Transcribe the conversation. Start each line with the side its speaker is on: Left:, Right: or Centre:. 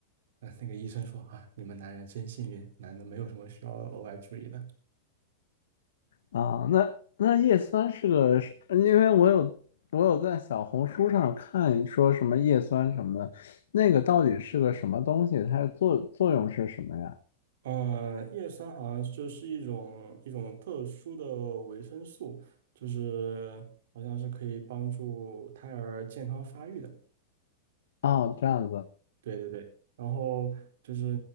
Right: 呃，那个医生说啊，你们男人真幸运，男的没有什么需要额外注意的。
Left: 啊，那那叶酸是个是因为我有我有在小红书上看说什么叶酸什么的，那个到底是个什么东西？它的作作用是什么呀？
Right: 呃，叶酸好像就是一种一种特殊的维生素，就是好像是可以帮助胎儿健康发育的。
Left: 哦，这样子，
Right: 对对对，然后就是